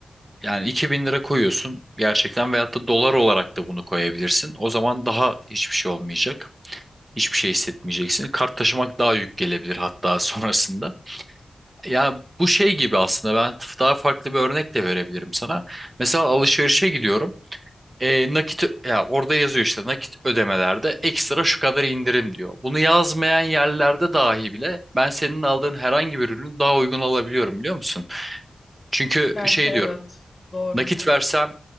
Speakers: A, on the right; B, on the left.
A: Yani 2000 lira koyuyorsun gerçekten veyahut da dolar olarak da bunu koyabilirsin. O zaman daha hiçbir şey olmayacak. Hiçbir şey hissetmeyeceksin. Kart taşımak daha yük gelebilir hatta <laughs> sonrasında. Ya bu şey gibi aslında ben f- daha farklı bir örnek de verebilirim sana. Mesela alışverişe gidiyorum. E, nakit ö- ya orada yazıyor işte nakit ödemelerde ekstra şu kadar indirim diyor. Bunu yazmayan yerlerde dahi bile ben senin aldığın herhangi bir ürünü daha uygun alabiliyorum biliyor musun? Çünkü
B: Gerçi
A: şey
B: evet.
A: diyorum.
B: Doğru.
A: Nakit versem